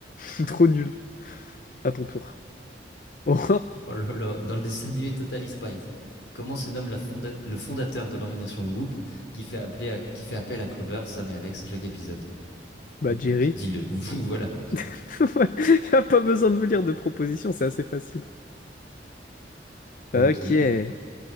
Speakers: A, on the left; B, on the left.
A: <laughs> Trop nul. À ton tour. Oh,
B: Oh là là, dans le dessin animé Totally Spies. Comment se nomme la fonda- le fondateur de l'organisation Whoop qui fait, appeler à- qui fait appel à Clover, Sam et Alex à chaque épisode?
A: <laughs> bah
B: Euh,
A: Jerry.
B: Dis-le,
A: <laughs>
B: <laughs> voilà.
A: Y a pas besoin de me lire de propositions, c'est assez facile.
B: Ok.
A: Ok.